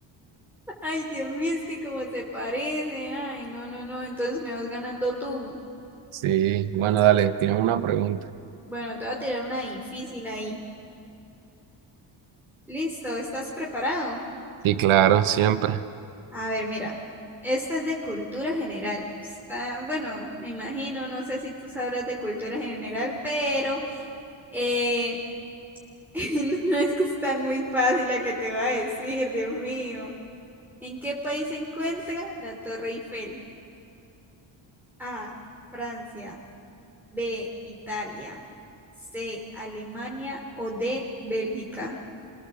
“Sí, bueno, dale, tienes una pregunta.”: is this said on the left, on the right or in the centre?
Right